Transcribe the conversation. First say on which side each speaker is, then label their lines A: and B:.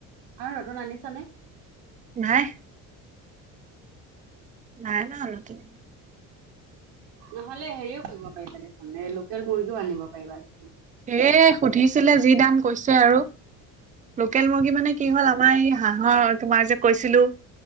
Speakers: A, on the right; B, on the right.
A: আৰু নতুন আনিছনে?
B: নাই। নাই অনা আৰু নতুন।
A: নহ'লে হেৰিও কৰিব পাৰিবা দেখোন, এ লোকেল মুৰ্গীও আনিব পাৰিবা দেখোন!
B: হে সুধিছিলে যি দাম কৈছে আৰু লোকেল মুৰ্গী মানে কি হ'ল আ আমাৰ এই হাঁহৰ তোমাৰ যে কৈছিলো